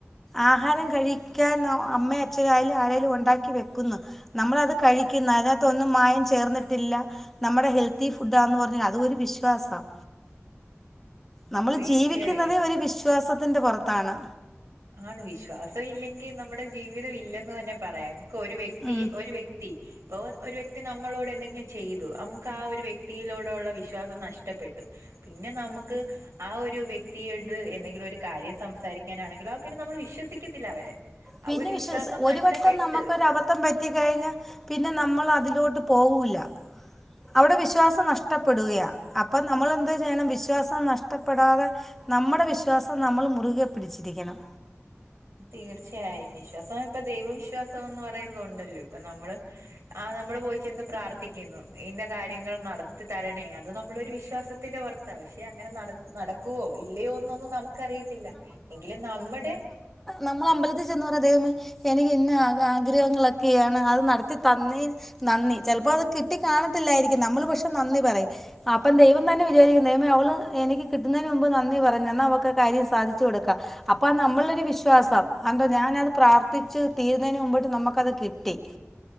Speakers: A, in the centre; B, on the right (about 90°).
A: ആഹാരം കഴിക്ക്യാൻ അമ്മയെ അച്ഛനായാലും ആരേലും ഉണ്ടാക്കി വെക്കുന്നു. നമ്മളത് കഴിക്കുന്ന അതിനകത്തൊന്നും മായം ചേർന്നിട്ടില്ല നമ്മടെ ഹെൽത്തി ഫുഡാന്ന് പറഞ്ഞ് അരുവിശ്വാസം. നമ്മൾ
B: തീർച്ചയായും
A: ജീവിക്കുന്നതേ ഒരു വിശ് <unintelligible> വിശ്വാസത്തിന്റെ പുറത്താണ്.
B: ആണ് വിശ്വാസം. ഇല്ലെങ്കിൽ നമ്മുടെ ജീവിതം ഇല്ലെന്ന് തന്നെ പറയാമം ക്കൊരുവ്യക്തി
A: ഉം.
B: ഒരു വ്യക്തി, <unintelligible> ഒരുവ്യക്തിനമ്മളോട്എന്തെങ്കിലും ചെയ്തു. നമുക്ക് ആഒരുവ്യതിയിലോടുള്ള വിശ്വാസംനഷ്ടപ്പെട്ടു. പിന്നെ. നമുക്ക് ആ ഒരു വ്യക്തിയായിട്ട്. എന്തെങ്കിലും ഒരു കാര്യം സംസാരിക്കാനാണെങ്കിലോ ആ പിന്നെ, നമ്മള് വിശ്വസിക്കത്തില്ല അവരെ.
A: പിന്നെ
B: ഒരു
A: വിശ്
B: വിശ്വാസം
A: ഒരു
B: നഷ്ടപ്പെട്ട്
A: വട്ടം നമുക്കൊരബദ്ധം പറ്റ കഴിഞ്ഞ, പിന്നെ നമ്മൾ അതിലോ പോകൂല്ല. അവിടെ വിശ്വാസം നഷ്ടപ്പെടുകയാ, അപ്പൊ നമ്മൾ എന്ത് ചെയ്യണം? വിശ്വാസം നഷ്ടപ്പെടാതെ. നമ്മുടെ വിശ്വാസം, നമ്മള് മുറുകെ പിടിച്ചിരിക്കണം.
B: തീർച്ചയായും, വിശ്വാസം ഇപ്പ ദൈവവിശ്വാസംന്ന് പറയുന്നണ്ടല്ലോ. അപ്പ നമ്മള്. ആ നമ്മള് പോയി. ന്ന്പ്രാർത്ഥിക്കുന്നു, ഇന്നകാര്യങ്ങൾനടത്തി തരണേ അത് നമ്മളൊ ഒരു വിശ്വാസത്തിന്റെ പുറത്ത. പക്ഷെ അങ്ങ നട നടക്കുവോ, ഇല്ലയോന്നൊന്നും നമുക്ക്റിയത്തില്ല എങ്കിലും നമ്മുടെ
A: നമ്മള് അമ്പലത്തിൽ ചെന്ന് പറ ദൈവേ മേ എനിക്ക് ഇന്ന ആഗ്രഹങ്ങളൊക്കെയാണ് അത് നടത്തി തന്നേന്. നന്ദി ചിലപ്പോ അത് കിട്ടി കാണത്തില്ലായിരിക്കും. നമ്മൾ പക്ഷെ നന്ദി പറയും. അപ്പം ദൈവം തന്നെ വിചാരിക്കുന്ന ദൈവമേ എനിക്ക് കിട്ടുന്നതിന് മുമ്പ് നന്ദി പറഞ്ഞു. എന്നാൽ അവക്കെ കാര്യം സാധിച്ചു കൊടുക്കാം. അപ്പൊ നമ്മളൊ ഒരു വിശ്വാസം അ ഞാനത് പ്രാർത്ഥിച്ച് തീരുന്നതിന് മുമ്പ് നമുക്കത് കിട്ടി.